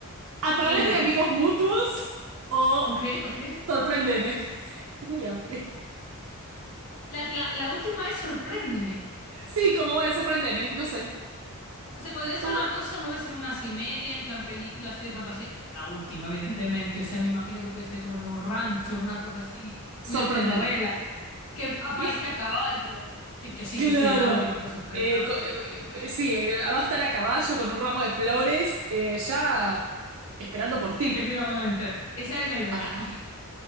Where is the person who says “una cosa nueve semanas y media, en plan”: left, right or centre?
Left